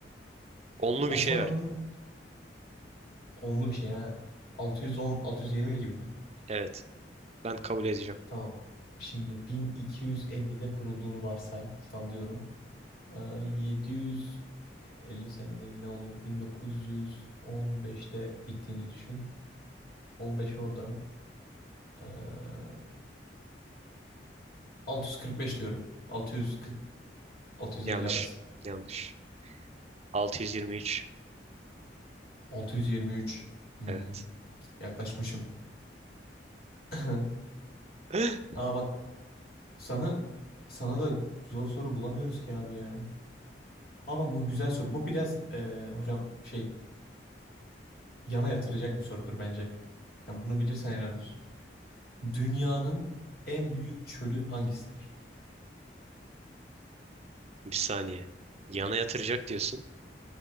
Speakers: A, on the right (about 35°); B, on the left (about 60°).
A: Onlu
B: Şimdi Osmanlı'nın
A: bir şey ver.
B: onlu bir şey ha. 610, 620 gibi mi?
A: Evet. Ben kabul edeceğim.
B: Tamam. Şimdi 1250'de kurulduğunu varsay, sallıyorum. Eee, 750 sene değil ne oluyor? 1915'te bittiğini düşün. 15 oradan. eee 645 diyorum. 640 650
A: Yanlış.
B: arası.
A: Yanlış. 623.
B: 623. Hmm,
A: Evet.
B: yaklaşmışım. <laughs>
A: <gasps>
B: Aa bak sana sana da zor soru bulamıyoruz ki abi ya. Aa bak bu güzel soru. Bu biraz eee, hocam şey yana yatıracak bir sorudur bence. Ya bunu bilirsen helal olsun. Dünyanın en büyük çölü hangisidir?
A: Bir saniye. Yana yatıracak diyorsun.